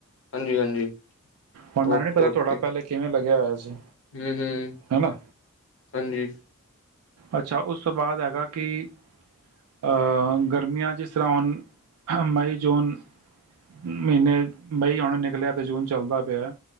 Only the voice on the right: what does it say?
ਹੁਣ ਮੈਨੂੰ
ਨਈ ਪਤਾ
ਤੁਹਾਡਾ ਪਹਿਲੇ ਕਿਵੇਂ ਲੱਗਿਆ ਹੋਇਆ ਸੀ?
ਹੈ ਨਾ।
ਅੱਛਾ ਉਸ ਤੋਂ ਬਾਅਦ ਹੈਗਾ ਕਿ ਅਹ ਗਰਮੀਆਂ ਜਿਸ ਤਰ੍ਹਾਂ ਹੁਣ। ਮਈ, ਜੂਨ ਮਹੀਨੇ ਮਈ ਹੁਣ ਨਿਕਲਿਆ ਤੇ ਜੂਨ ਚੱਲਦਾ ਪਿਆ।